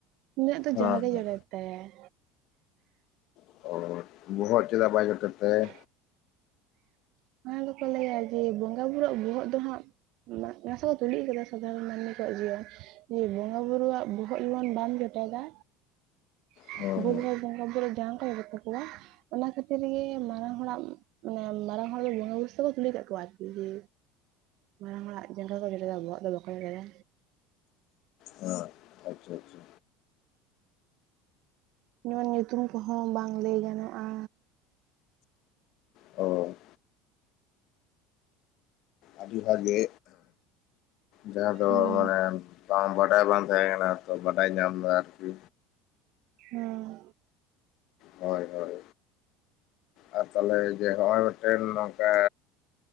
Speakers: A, on the right; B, on the left.
A: ᱩᱱᱤᱭᱟᱹᱜ ᱫᱚ
B: ᱦᱮᱸ
A: ᱡᱟᱸᱜᱟ ᱜᱮ ᱡᱚᱴᱮᱫ
B: ᱦᱮᱸ
A: ᱛᱟᱭᱟᱭ᱾
B: <unintelligible> ᱵᱚᱦᱚᱜ ᱪᱮᱫᱟᱜ ᱵᱟᱭ ᱡᱚᱴᱮᱫ ᱛᱟᱭᱟᱭ?
A: <inaudible> ᱚᱱᱟ ᱫᱚᱠᱚ ᱞᱟᱹᱭᱟ ᱡᱮ ᱵᱚᱸᱜᱟᱼᱵᱩᱨᱩ ᱟᱜ ᱵᱚᱦᱚᱜ ᱫᱚ ᱦᱟᱸᱜ ᱱᱟ-ᱱᱟᱥᱮᱼᱟ ᱛᱩᱞᱩᱡ ᱠᱟᱫᱟ ᱥᱟᱫᱷᱟᱨᱚᱱ ᱢᱟᱹᱱᱢᱤ ᱠᱚᱣᱟᱜ ᱡᱤᱭᱚᱱ᱾ ᱡᱮ ᱵᱚᱸᱜᱟᱼᱵᱩᱨᱩᱣᱟᱜ ᱵᱚᱦᱚᱜ ᱡᱮᱢᱚᱱ ᱵᱟᱢ ᱡᱚᱴᱮᱫᱟ᱾ <unintelligible>
B: ᱦᱩᱸ ᱦᱩᱸ
A: ᱚᱱᱟ ᱠᱷᱟᱹᱛᱤᱨ ᱜᱮ ᱢᱟᱨᱟᱝ ᱦᱚᱲᱟᱜ ᱢᱟᱱᱮ ᱢᱟᱨᱟᱝ ᱚᱱᱟ ᱫᱚ ᱵᱚᱸᱜᱟᱼᱵᱩᱨᱩ ᱥᱮ ᱠᱚ ᱠᱩᱞᱤ ᱠᱟᱜ ᱠᱚᱣᱟ ᱟᱨᱠᱤ ᱡᱮ ᱢᱟᱨᱟᱝ ᱦᱚᱲᱟᱜ ᱡᱟᱸᱜᱟ ᱠᱚ ᱡᱚᱴᱮᱫᱟ ᱵᱚᱦᱚᱜ ᱫᱚ ᱵᱟᱠᱚ ᱡᱚᱴᱮᱫᱟ᱾
B: ᱦᱟᱸ ᱟᱪᱪᱷᱟ ᱟᱪᱪᱷᱟ᱾
A: ᱱᱚᱣᱟ ᱧᱩᱛᱩᱢ ᱠᱚᱦᱚᱸ ᱵᱟᱝ ᱞᱟᱹᱭ ᱜᱟᱱᱚᱜᱼᱟ᱾
B: ᱚ ᱟᱹᱰᱤ ᱵᱷᱟᱜᱮ᱾ ᱡᱟᱦᱟᱸ ᱫᱚ
A: ᱦᱮᱸ
B: ᱢᱟᱱᱮ ᱵᱟᱝ ᱵᱟᱰᱟᱭ ᱵᱟᱝ ᱛᱟᱦᱮᱸ ᱠᱟᱱᱟ ᱛᱚ ᱵᱟᱰᱟᱭ ᱧᱟᱢ ᱱᱟ ᱟᱨᱠᱤ᱾
A: ᱦᱩᱸ᱾
B: ᱦᱳᱭ ᱦᱳᱭ ᱟᱨ ᱛᱟᱦᱚᱞᱮ ᱡᱮ ᱱᱚᱜᱼᱚᱭ ᱢᱤᱫᱴᱮᱱ ᱱᱚᱝᱠᱟ